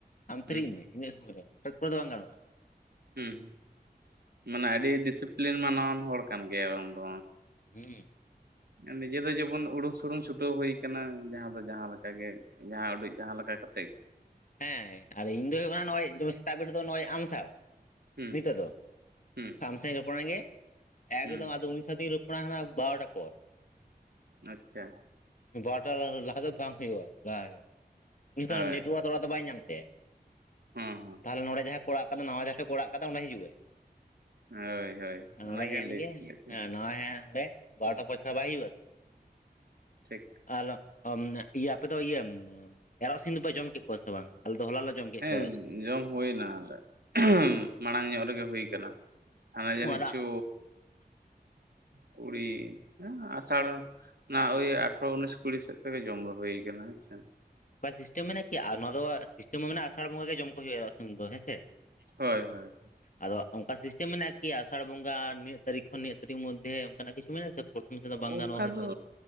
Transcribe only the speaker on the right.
ᱦᱩᱸ
ᱩᱸ ᱢᱟᱱᱮ ᱟᱹᱰᱤ ᱰᱤᱥᱤᱯᱞᱤᱱ ᱢᱟᱱᱟᱣᱟᱱ ᱦᱚᱲ ᱠᱟᱱ ᱜᱮᱭᱟ ᱵᱟᱝ ᱫᱚ,
ᱱᱤᱡᱮ ᱫᱚ ᱡᱮᱢᱚᱱ ᱩᱲᱩᱠ ᱥᱩᱲᱩᱝ ᱪᱷᱩᱴᱟᱹᱣ ᱦᱩᱭ ᱠᱟᱱᱟ ᱡᱟᱸᱦᱟ ᱫᱚ ᱡᱟᱸᱦᱟ ᱞᱮᱠᱟ ᱜᱮ ᱡᱟᱸᱦᱟ ᱩᱰᱤᱡ ᱡᱟᱸᱦᱟ ᱞᱮᱠᱟ ᱠᱟ
ᱦᱩᱸ
ᱦᱩᱸ
ᱦᱩᱸ
ᱟᱪᱪᱷᱟ
ᱦᱳᱭ
ᱦᱚᱸ ᱦᱚᱸ
ᱦᱳᱭ ᱦᱳᱭ
ᱚᱱᱟᱜᱮ
ᱞᱟᱹᱭᱮᱫ
ᱛᱟᱦᱮᱸᱫ
ᱴᱷᱤᱠ
ᱦᱮᱸ
ᱡᱚᱢ ᱦᱩᱭᱱᱟ ᱟᱞᱮ ᱢᱟᱲᱟᱝ ᱧᱚᱜ ᱨᱮᱜᱮ ᱦᱩᱭ ᱠᱟᱱᱟ ᱦᱟᱱᱮ ᱡᱟᱹᱱᱤᱡ
ᱪᱚ
ᱠᱩᱲᱤ ᱱᱮ ᱟᱥᱟᱲ ᱱᱟᱜ ᱳᱭ ᱟᱴᱷᱨᱚ ᱩᱱᱤᱥ ᱠᱩᱲᱤ ᱥᱮᱫ ᱛᱮᱜᱮ ᱡᱚᱢ ᱫᱚ ᱦᱩᱭ ᱠᱟᱱᱟ ᱦᱮᱸ ᱥᱮ
ᱦᱳᱭ ᱦᱳᱭ
ᱚᱱᱠᱟ
ᱫᱚ